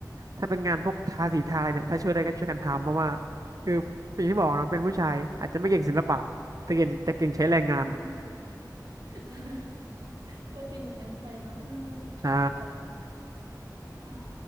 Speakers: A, on the right; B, on the right.
A: ถ้าเป็นงานพวกทาสีทาอะไรเนี่ยถ้าช่วยได้ก็ช่วยกันทำเพราะว่าคืออย่างที่บอกเนาะเป็นผู้ชายอาจจะไม่เก่งศิลปะแต่เก่งแต่เก่งใช้แรงงาน
B: อืม <laughs> เออเป็นอย่างนั้นไปเนาะเออ
A: ใช่
B: แบบ ค่ะ